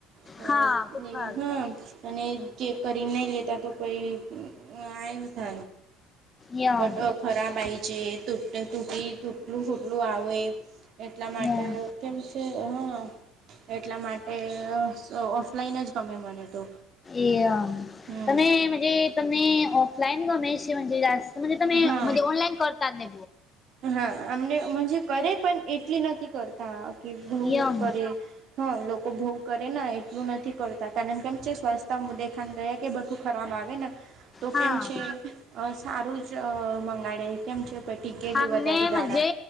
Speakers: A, on the right; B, on the left.
A: <unintelligible>
B: હા ખુબ સારું
A: હા
B: થાય
A: અને જે કરીરીને નહી લેતા તો પહી આય થ
B: યમ
A: બટ ખરાબ આય છે તટ તુટી તુટલું ફૂટલું આવે એટલા માટે
B: યમ
A: કેમ છે હા એટલા માટે ઓફલાઈન જ ગમે મને તો
B: એ
A: હમ
B: તમે મંહ્નજે તમને ઓફલાઈન ગમે છે મંહ્નજે જા મંહ્નજે તમે
A: હા
B: મંહ્નજે ઓનલાન કરતા તે
A: હા અમને મંહ્નજે કરે પણ એટલી નથી કરતા કે બવ
B: યમ
A: કરે હા લોકો ભઉ કરેને એટલું નથી કરતા કારણ કે <unintelligible> સ્વાસ્થ્ય દેખાન ગયે એ બધું ખરાબ આવે ના તું
B: હા
A: કેમ છે સારું જ મંગાડે કેમ છે પ ટીકે બી
B: આમને
A: વધારે દાડા
B: મજે